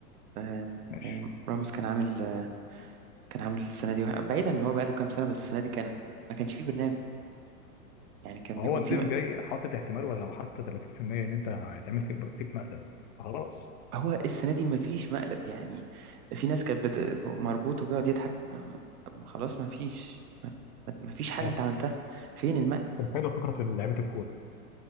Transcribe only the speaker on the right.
آم،
يعني راموس كان عامل آه، كان عامل السنة دي وح- بعيدا ان هو بقى له كام سنة بس السنة دي كان ما كانش فيه برنامج يعني كان
بيكون
فيه م...
هو السنة دي ما فيش مقلب يعني في ناس كانت بت... مربوط وبيقعد يضحك ما... ما... خلاص ما فيش ما... ما فيش حاجة
انت عملتها فين المقلب